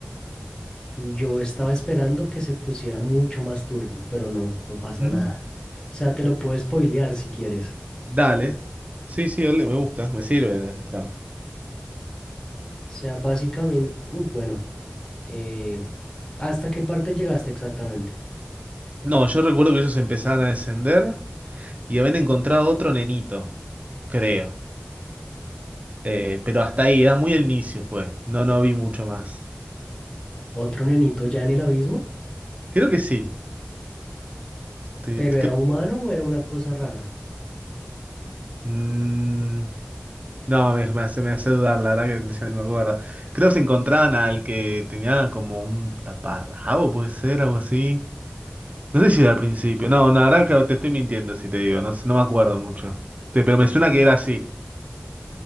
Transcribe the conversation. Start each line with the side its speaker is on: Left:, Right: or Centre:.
Left: Yo estaba esperando que se pusiera mucho más turbio, pero no, no pasa
Right: Mm.
Left: nada. O sea, te
Right: Ok.
Left: lo puedo spoilear si quieres.
Right: Dale. Sí, sí, dale, me gusta, me sirve el trabajo.
Left: O sea, básicamente, uff, bueno, eh, ¿hasta qué parte llegaste exactamente?
Right: No, yo recuerdo que ellos empezaban a descender y habían encontrado otro nenito, creo. Eh, pero hasta ahí, era muy al inicio fue. No, no vi mucho más.
Left: ¿Otro nenito ya en el abismo?
Right: Creo que sí. Te-
Left: ¿Pero
Right: te-
Left: era
Right: creo-
Left: humano o era una cosa rara?
Right: Mm, No, me, me hace, me hace dudar, la verdad que ya ni me acuerdo. Creo que se encontraban al que tenía como un taparrabo, puede ser, algo así. No sé si era al principio. No, no, la verdad que te estoy mintiendo si te digo, no, sé- no me acuerdo mucho. Te- Pero me suena que era así.